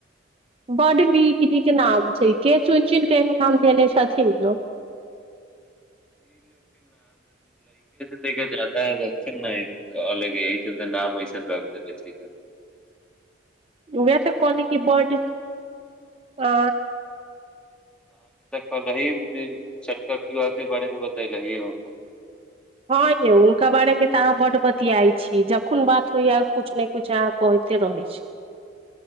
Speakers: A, on the right; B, in the centre.
A: बड नीक नीक नाम छै के चुन चुन कऽह नाम धयने छथिन यौ
B: देखके जाता ह ब नहि अलय एहि चतय तऽ नाम बैसन रख द लै छैक
A: वएह तऽ कहलि की बर्ड आ
B: कही छठ पर्व के बारे मे बतेल हये हम
A: हँं य उनका बारेमे त अहाँ बड्ड बत बतियाइ छी जखन बात होइया कुछ ने कुछ अहाँ कहते रहै छी